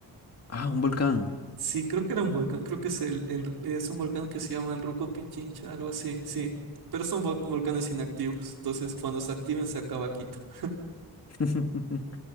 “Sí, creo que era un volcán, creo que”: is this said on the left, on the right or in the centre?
Right